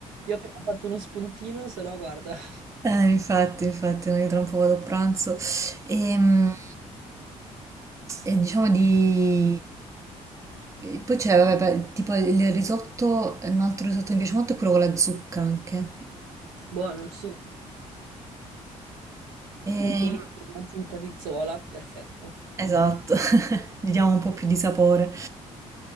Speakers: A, on the right; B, on the right.
A: Io ho appena fatto uno spuntino, se no guarda, <laughs>
B: Eh, infatti, infatti, noi tra un po' vado a pranzo. Ehm, E, diciamo di... e Poi c'è, vabbè, beh, tipo il risotto, un altro risotto che mi piace molto è quello con la zucca anche.
A: buono, sì.
B: E-
A: Anche lì con un'aggiunta di zola, perfetto.
B: Esatto, <laughs> gli diamo un po' più di sapore.